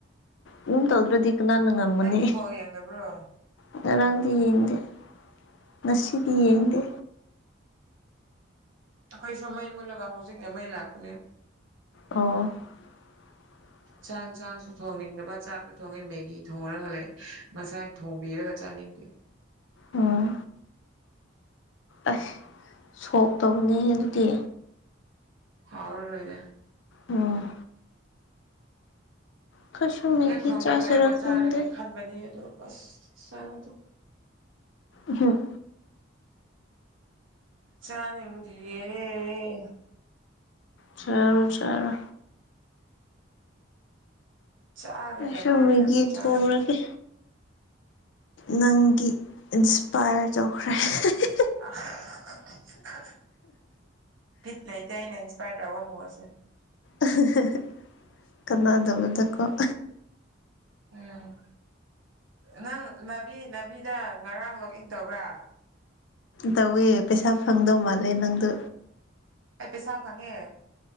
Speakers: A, on the left; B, on the right.
A: ꯑꯗꯨꯝ ꯇꯧꯗ꯭ꯔꯗꯤ ꯀꯅꯥꯅ ꯉꯝꯒꯅꯤ
B: ꯅꯪꯗꯤ ꯕꯣꯜ ꯌꯦꯡꯗꯕ꯭ꯔꯣ
A: ꯉꯔꯥꯡꯗꯤ ꯌꯦꯡꯗꯦ ꯉꯁꯤꯗꯤ ꯌꯦꯡꯗꯦ
B: ꯑꯩꯈꯣꯏꯁꯨ ꯃꯩ ꯃꯨꯠꯂꯒ ꯍꯧꯖꯤꯛꯅ ꯃꯩ ꯂꯥꯛꯄꯅꯦ
A: ꯑꯣ <inaudible>
B: ꯆꯥꯛ ꯆꯥꯡꯁꯨ ꯊꯣꯡꯅꯤꯡꯗꯕ ꯆꯥꯛꯁꯨ ꯊꯣꯡꯉꯦ ꯃꯦꯒꯤ ꯊꯣꯡꯔꯒ ꯂꯩ ꯉꯁꯥꯏ ꯊꯣꯡꯕꯤꯔꯒ ꯆꯥꯅꯤꯡꯗꯦ
A: ꯎꯝ ꯑꯁ ꯁꯣꯛ ꯇꯧꯕꯅꯤ ꯑꯗꯨꯗꯤ
B: ꯍꯥꯎꯔꯔꯣꯏꯗ
A: ꯎꯝ ꯑꯩꯈꯣꯏꯁꯨ ꯃꯦꯒꯤ
B: ꯍꯦꯛ ꯊꯣꯡꯕ
A: ꯆꯥꯁꯤꯔ
B: ꯂꯣꯏꯔꯒ
A: ꯈꯪꯗꯦ
B: ꯆꯥꯔꯒꯦ ꯈꯟꯕꯅꯦ ꯑꯗꯨ ꯑꯁ ꯆꯥꯅꯤꯡꯗꯦ
A: ꯑꯍꯝ
B: ꯆꯥꯅꯤꯡꯗꯤꯌꯦ
A: ꯆꯔꯣ ꯆꯔꯣ
B: ꯆꯥꯒꯗꯕꯅꯦ
A: ꯑꯩꯁꯨ ꯃꯦꯒꯤ
B: ꯑꯗꯨꯕꯨ ꯆꯥꯅꯤꯡ
A: ꯊꯣꯡꯔꯒꯦ ꯅꯪꯒꯤ ꯏꯟꯁꯄꯥꯌꯔ ꯇꯧꯈ꯭ꯔꯦ ꯍꯥ ꯍ ꯍ
B: ꯑꯍꯥ ꯍꯥ ꯍ ꯕꯤꯠ ꯂꯩꯇꯦꯅꯦ ꯏꯟꯁꯄꯌꯔ ꯇꯧ <unintelligible>
A: ꯑꯍꯥ ꯍꯥ ꯍ ꯀꯅꯥꯗꯕꯗ ꯀꯣꯛ
B: ꯎꯝ ꯅꯪ ꯅꯥꯕꯤ ꯅꯥꯕꯤꯗ ꯉꯔꯥꯡ ꯂꯣꯛ ꯏꯟ ꯇꯧꯕ꯭ꯔꯥ
A: ꯇꯧꯋꯦ ꯄꯩꯁꯥ ꯐꯪꯗꯧ ꯃꯥꯜꯂꯦ ꯅꯪꯗꯣ
B: ꯑꯩ ꯄꯩꯁꯥ ꯐꯪꯉꯦ